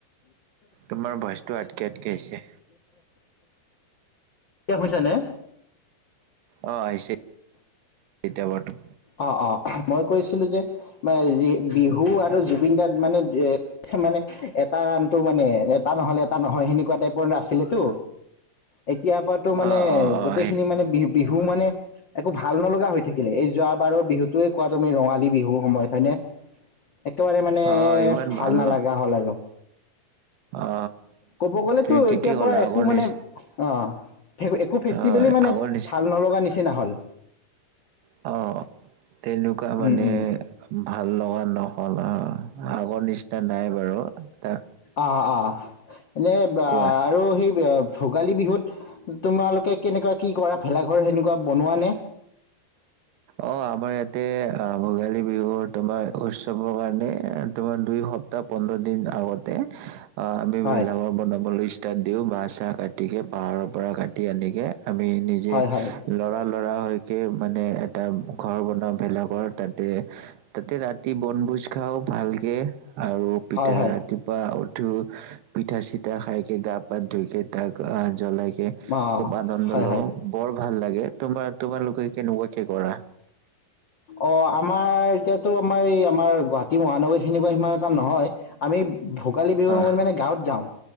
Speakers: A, on the right (about 80°); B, on the left (about 70°).
A: তোমাৰ ভইচটো আটকে আটকে আহিছে
B: হৈছে নে
A: অ আহিছে এতিয়া বৰ্তম
B: অ অ মই কৈছিলো যে মই বিহু আৰু জুবিন দাৰ মানে এ মানে এটা ৰাণটো মানে এটা নহলে এটা এটা নহয় সেনেকুৱা টাইপৰ আছিলেতো এতিয়াৰ পৰাতো মানে
A: অ অ অ
B: গোটেই
A: সেই
B: খিনি মানে বিহ বিহ ধু মানে একো ভাল নলগা হৈ থাকিলে এই যোৱা বাৰৰ বিহুটোয়ে কোৱা তুমি ৰঙালী বিহু সময়ত হয়নে একেবাৰে মানে
A: অ ইমান
B: ভাল নালাগা
A: ন
B: হ'ল আৰু
A: অ
B: ক'ব গলেতো
A: তুমি ঠিকেই
B: এতিয়াৰ
A: ক'লা
B: পৰা একো
A: আগৰ
B: মানে
A: নিচ
B: অ একো ফেষ্টিভেল
A: অ
B: মানে
A: আগৰ নিচ
B: ভাল নলগা নিচ চিনা হল
A: অ তেনেকুৱা মানে
B: উম উম
A: ভাল লগা ন কলা আগৰ নিচিনা নাই বাৰু তাত
B: অ অ এনে
A: কোৱা
B: আৰু সি ভোগালী বিহুত তোমালোকে কেনেকুৱা কি কৰা ভেলাঘৰ সেনেকুৱা বনোৱা নে
A: অ আমাৰ ইয়াতে আহ ভোগালী বিহুৰ তোমাৰ উৎসৱৰ কাৰণে তোমাৰ দুই সপ্তাহ পোন্ধৰ দিন আগতে অ আমি
B: হয়।
A: ভেলাঘৰ বনাব লৈছ তাত দিওঁ বাঁহ চাহ কাটিকে পাহাৰৰ পৰা কাটি আনিকে আমি নিজে
B: হয় হয়
A: লৰা ল ল'ৰা হৈকে মানে এটা ঘৰ বনাওঁ ভেলাঘৰ তাতে তাতে ৰাতি বনভোজ খাওঁ ভালকে আৰু পিঠাই
B: হয় হয়
A: ৰাতিপুৱা উঠ ও পিঠা চিঠা খাইকে গা পা ধুকে তাক আহ জ্বলাই
B: অ
A: খুব আনন্দ
B: হয়
A: লওঁ
B: হয়
A: বৰ ভাল লাগে তোমাৰ তোমালোকে কেনেকুৱাকে কৰা
B: অ আমাৰ এতিয়াতো আমাৰ এই আমাৰ গুৱাহাটী মহানগৰীত তেনেকুৱা সিমান এটা নহয় আমি ভোগালী বিহুৰ
A: আহ
B: সময়ত মানে গাঁৱত যাওঁ